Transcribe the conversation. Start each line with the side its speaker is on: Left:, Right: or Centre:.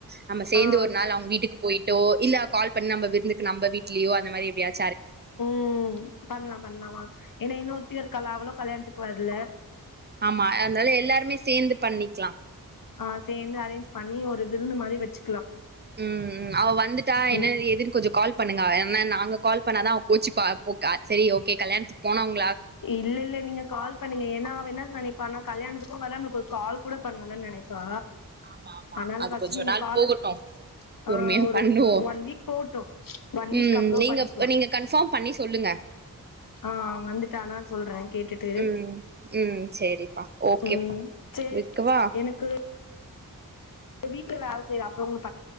Right: நம்ம சேர்ந்து
Left: ஆ
Right: ஒரு நாள் அவங்க வீட்டுக்கு போயிட்டோ இல்ல கால்பண்ணி விருந்துக்கு நம்ம வீட்டுலேயோ அந்த மாரி எப்பயாச்சு
Left: உம் பண்ணலாம் பண்ணலாமா ஏன்னா இன்னும் ஒருத்தி இருகல அவளு கல்யாணத்துக்கு வரல
Right: ஆமா அன்தால் எல்லாருமே சேந்து பண்ணிக்கலாம்
Left: ஆ சேந்து அரேஞ்ச் பண்ணி ஒரு விருந்து மாதிரி வச்சு
Right: உம்ம் அவள் வந்துட்டா
Left: ம்
Right: என்ன ஏதுன்னு கொஞ்ச கால் பண்ணுங்க என்னா நாங்க கால் பண்ணாதா அவ கோச்சு சரி ஓகே கல்யாணத்துக்கு போன அவங்க
Left: இல்ல இல்ல நீங்க கால் பண்ணீங்க ஏனா வேண நினைப்பா நான் கல்யாணத்துக்கு வரேலா நமளுக்கு ஒரு கால் கூட பண்ணலனு நினைப்பா
Right: ஆமா ஆமா
Left: அனால
Right: அது
Left: பர்ஸ்ட்
Right: கொஞ்ச
Left: நீங்க
Right: நாள்
Left: கால
Right: போகட்டு
Left: ப் ஆ
Right: பொறுமையா
Left: ஒரு
Right: பண்ணுவோ
Left: ஒன் வீக் போடும் ஒன் வீக்
Right: ம்
Left: அப்பறம்
Right: நீங்க
Left: பண்ணிக்கலா
Right: நீங்க கன்ஃபார்ம் பண்ணி சொல்லுங்க
Left: ஆ வந்துட்டானா சொல்ற கேட்டுட்டு
Right: ம் ம் சரிப்பா ஓகேப்பா
Left: ம் செரி
Right: வைக்கவா
Left: எனக்கு வீட்ல வேல செய்ற அப்புறோ உங்